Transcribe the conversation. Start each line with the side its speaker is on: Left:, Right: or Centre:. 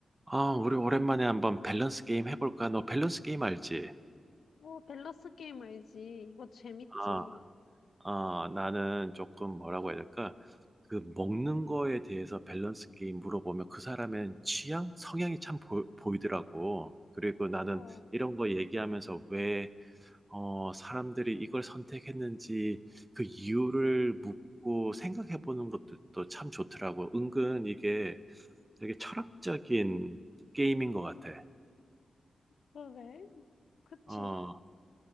Right: 아 우리 오랜만에 한번 밸런스 게임 해 볼까? 너 밸런스 게임 알지?
Left: 어, 밸런스 게임 알지. 이거 재밌지.
Right: 아. 아 나는 조금 뭐라고 해야 될까? 그 먹는 거에 대해서 밸런스 게임 물어보면 그 사람의 취향? 성향이 참 보이 보이더라고. 그리고 나는
Left: 어,
Right: 이런 거 얘기하면서 왜 어 사람들이 이걸 선택했는지 그 이유를 묻고 생각해 보는 것도 또 참 좋더라고. 은근 이게 되게 철학적인 게임인 것 같아.
Left: 그래. 그치.
Right: 어.